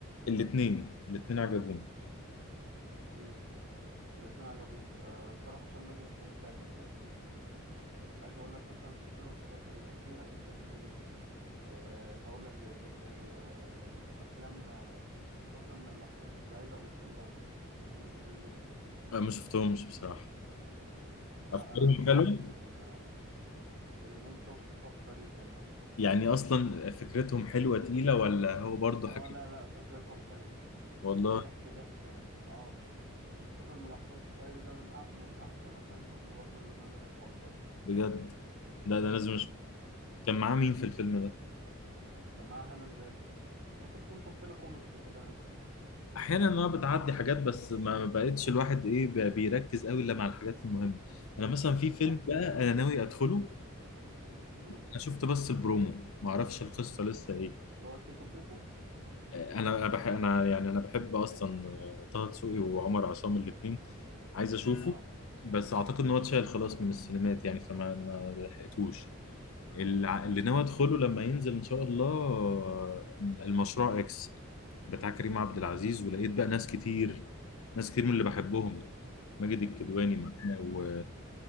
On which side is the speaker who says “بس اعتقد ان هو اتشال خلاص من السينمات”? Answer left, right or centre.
Left